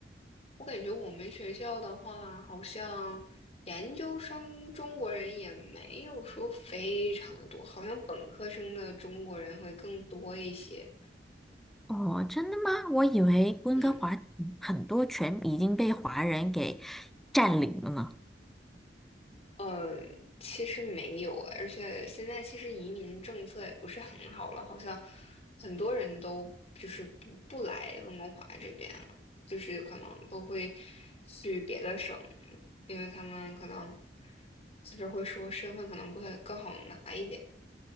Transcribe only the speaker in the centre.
哦，真的吗？我以为温哥华很多全已经被华人给
占领了呢。